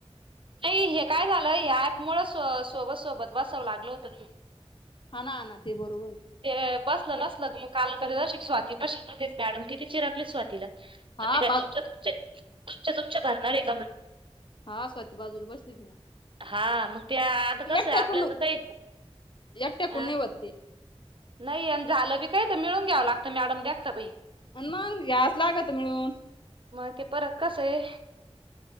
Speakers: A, on the right; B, on the left.
A: नाही हे काय झालं या ऐप मुळे सो सोबत सोबत बसावं लागलं होतं ना मग.
B: हा ना ना ते बरोबर आहे.
A: ते बसलं नसल मग काल कस स्वाती पाशी मॅडम पाशी किती चिरागली स्वातीला. तुम्ही
B: हा
A: काय
B: बाजू
A: तुमच्या तुमचे तुमचे तुमच्या भरणार आहे का म्हण
B: हा स्वती बाजूला बसली होती ना.
A: हा मग ते आता
B: ती
A: कसं
B: एकट्याकून
A: आहे आपल्याकड काही
B: एकट्याकून
A: अ
B: नाही होत ते.
A: नाही आणि झालं बी काही तर मिळून घ्यावं लागतं मॅडम देखता बाई.
B: अन मंग घ्याय च लागत मिळून.
A: म ते परत कसंये